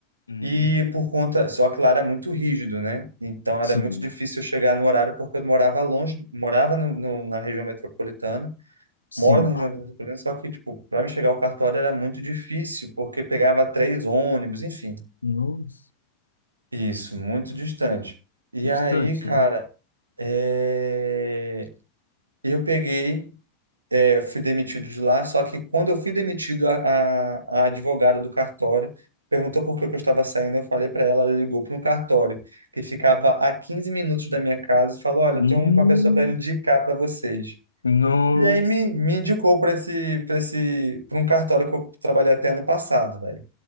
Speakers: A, on the left; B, on the right.
A: Hum.
B: e por conta, só que lá era muito rígido, né? Então
A: Sim.
B: era muito difícil eu chegar no horário porque eu morava longe, do- morava no, no- na região metropolitana
A: Sim.
B: moro na região do metropolitano, só que, tipo, para me chegar ao cartório era muito difícil, porque pegava três ônibus, enfim.
A: Nossa.
B: Isso, muito distante. E
A: Distante.
B: aí, cara, é, eu peguei, é, fui demitido de lá, só que quando eu fui demitido, a, a, a advogada do cartório perguntou por que que eu estava saindo. Eu falei para ela, ela ligou para um cartório que ficava a 15 minutos da minha casa e falou: Olha,
A: Hum,
B: eu tenho uma pessoa para indicar para vocês.
A: nossa,
B: E aí me, me indicou para esse, para esse, para um cartório que eu trabalhei até ano passado, velho.